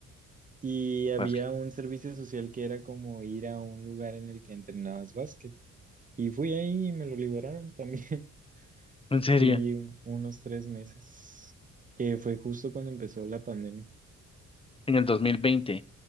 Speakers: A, on the right; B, on the left.
A: y había
B: básquet.
A: un servicio social que era como ir a un lugar en el que entrenabas básquet. Y fui ahí y me lo liberaron también. <laughs>
B: En serio,
A: Fui unos tres meses, que fue justo cuando empezó la pandemia.
B: en el 2020.